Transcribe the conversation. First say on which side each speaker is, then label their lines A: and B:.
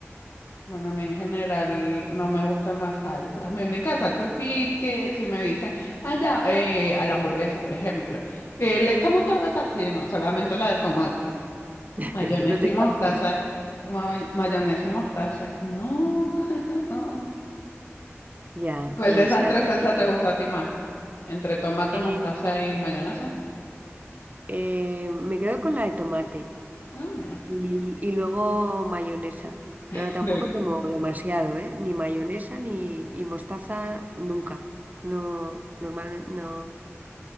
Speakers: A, on the left; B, on the right.
A: Bueno, a mí en general no me gustan las salsas. Mi única salsa sí que si me dicen, ah, ya, eh, a la hamburguesa, por ejemplo, que le echamos toda la salsa y no, solamente la de tomate.
B: <laughs>
A: Mayonesa
B: No te
A: y mostaza.
B: pases.
A: ma- mayonesa y mostaza. No. <laughs>
B: Ya,
A: ¿Cuál
B: demasiado.
A: de esas tres salsas
B: para mí.
A: te gusta a ti más? Entre tomate,
B: Eh,
A: mostaza y mayonesa.
B: eh, me quedo con la de tomate
A: Ah, mira,
B: y, y luego mayonesa, pero
A: <laughs>
B: tampoco
A: de último.
B: tomo demasiado, ¿eh? Ni mayonesa ni y mostaza nunca. No, normalmente no.